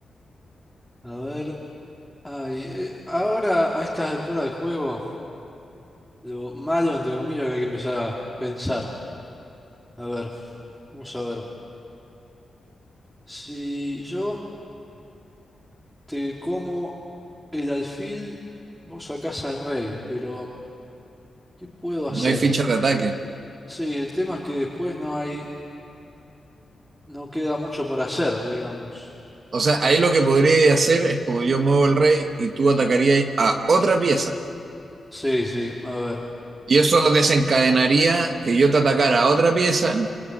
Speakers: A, in the centre; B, on the right.
A: ver. ay, eh, ahora, a estas alturas del juego, lo malo, entre comillas, que hay que empezar a pensar. A ver, vamos a ver. Si yo te como el alfil, vos sacás al rey, pero ¿qué puedo hacer?
B: No hay fichas de ataque.
A: Sí, sí, el tema es que después no hay, no queda mucho por hacer, digamos.
B: O sea, ahí lo que podría hacer es como yo muevo el rey y tú atacarías a otra pieza.
A: Sí, sí, a ver.
B: Y eso desencadenaría que yo te atacara a otra pieza,